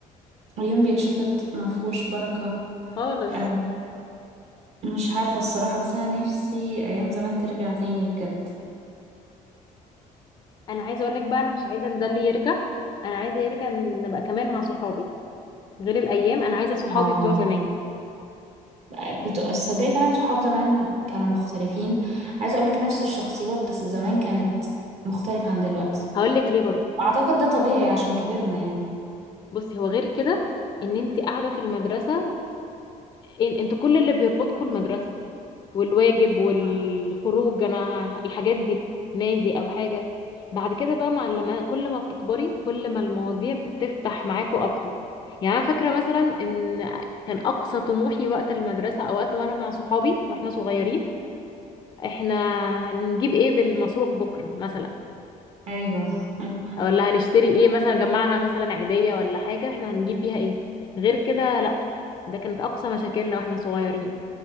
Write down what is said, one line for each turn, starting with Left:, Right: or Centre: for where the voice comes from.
Right: اليوم بيتشفط ما فيهوش بركة
Left: خالص
Right: آه، مش عارفة الصراحة بس أنا نفسي أيام زمان ترجع تاني بجد
Left: انا عايزه اقول لك بقى انا مش عايزه ده اللي يرجع انا عايزه يرجع نبقى كمان مع صحابي غير الايام انا عايزه صحابي
Right: اه
Left: بتوع زمان
Right: بت- تصدقي فعلا صحاب زمان كانوا مختلفين عايزة أقولك نفس الشخصيات بس زمان كانت مختلفة عن دلوقتي
Left: هقول لك ليه برضو
Right: أعتقد ده طبيعي عشان كبرنا يعني
Left: بصي هو غير كده ان انت قاعده في المدرسه إن انت كل اللي بيربطكم المدرسه والواجب والخروج
Right: صح
Left: انا الحاجات دي نادي او حاجه بعد كده بقى مع لما كل ما بتكبري كل ما المواضيع بتفتح معاكوا اكتر يعني انا فاكره مثلا ان كان اقصى طموحي وقت المدرسه او وقت ما انا مع صحابي واحنا صغيرين احنا هنجيب ايه بالمصروف بكره مثلا
Right: أيوه <laughs>
Left: أو ولا هنشتري ايه مثلا جمعنا مثلا عيدية ولا حاجة احنا هنجيب بيها ايه غير كده لا ده كانت اقصى مشاكلنا واحنا صغيرين